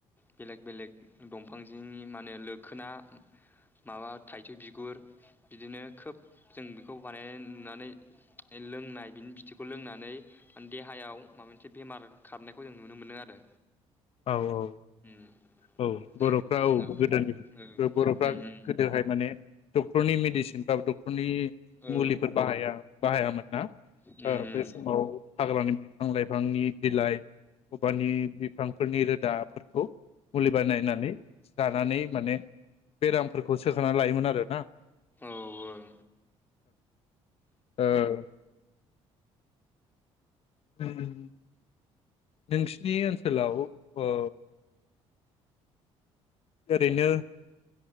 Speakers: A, on the left (about 15°); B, on the left (about 60°).
A: बेलेग बेलेग दंफांजोंनि माने लोखोना माबा थाइजौ बिगुर बिदिनो खोब जों बेखौ नुनानै लोंनाय बिनि बिदिखौ लोंनानैे देहायाव माबा मोनसे बेमार खारनायखौ जों नुनो मोनदों आरो
B: औ औ औ
A: उम
B: औ बर'फ्रा
A: जों जोंहा
B: औ गोदोनि
A: औ
B: बर'फ्रा
A: उम उम
B: गोदोहाय माने डक्टरनि मेडिसिन बा द रनि
A: औ
B: मुलिफोर बाहाया बाहायामोन ना ओ
A: उम उम
B: बे समाव हाग्रानि बिफां लाइफांनि बिलाइ <unintelligible> फांफोरनि रोदाफोरखौ मुलि बानायनानै जानानै माने बेरामफोरखौ सोखांना लायोमोन आरो ना
A: औ उम
B: औ ओ <unintelligible> नोंसिनि ओनसोलाव ओ ओरैनो